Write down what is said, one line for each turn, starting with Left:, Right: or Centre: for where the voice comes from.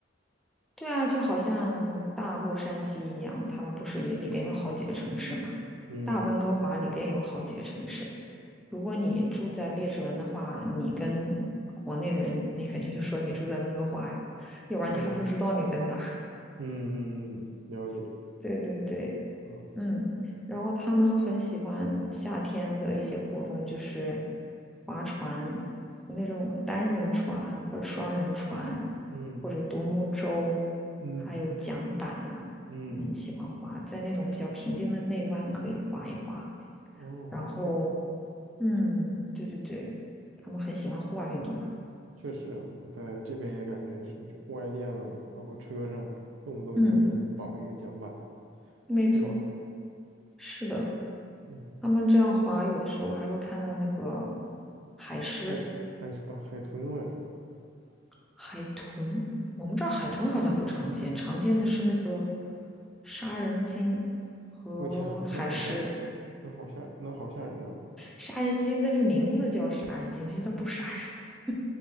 Centre: 对啊，就好像大洛杉矶一样，他们不是也里边有好几个城市嘛？
Right: 嗯
Centre: 大温哥华里边有好几个城市。如果你住在列治文的话，你跟国内的人，你肯定就说你住在温哥华呀，要不然他不知道你在哪儿
Right: 嗯嗯嗯嗯，了解。
Centre: <laughs> 对对对，
Right: 嗯
Centre: 嗯，然后他们很喜欢夏天的一些活动，就是划船，那种单人船或者双人船，
Right: 嗯
Centre: 或者独木舟，
Right: 嗯
Centre: 还有桨板，
Right: 嗯，
Centre: 他们喜欢划，在那种比较平静的内湾可以划一划。
Right: 哦，
Centre: 然后，
Right: 确
Centre: 嗯，对对对，他们很喜欢户外运动嘛。
Right: 确实，我在这边也感觉是户外店了，包括车上，动不动就有人绑一个桨板
Centre: 嗯，没错，
Right: 出去。
Centre: 是的，
Right: 嗯，
Centre: 他们这样划，有的时候还会看到那个海狮。
Right: 海豚，还是啊，海豚我也说。
Centre: 海豚，我们这儿海豚好像不常见，常见的是那个杀人鲸和海狮。
Right: 我天，那好吓人，那好吓人，那好吓人呐！
Centre: 杀人鲸的这个名字叫杀人鲸，其实它不杀人，